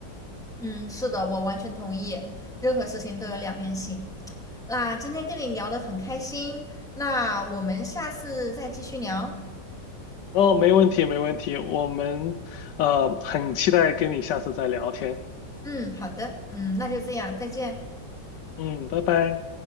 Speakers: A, in the centre; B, on the left.
A: 嗯，是的，我完全同意，任何事情都有两面性。那今天跟你聊得很开心，那我们下次再继续聊。
B: 哦，没问题，没问题，我们呃很期待跟你下次再聊天。
A: 嗯，好的，嗯，那就这样，再见。
B: 嗯，拜拜。